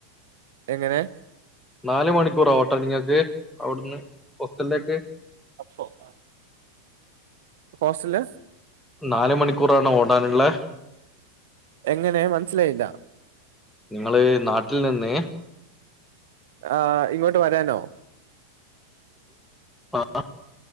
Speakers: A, on the right; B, in the centre.
A: എങ്ങനെ
B: നാല് മണിക്കൂറോട്ടണ്ടോ നിങ്ങൾക്ക് അവിടുന്ന് ഹോസ്റ്റലിലേക്ക്
A: അപ്പൊ ആഹ് ഹോസ്റ്റൽല്
B: നാല് മണിക്കൂറാണ് ഓടാനുള്ളത്
A: എങ്ങനെ മനസ്സിലായില്ല
B: നിങ്ങള് നാട്ടിൽ നിന്ന്
A: ആഹ് ഇങ്ങോട്ട് വരാനോ
B: ആഹ്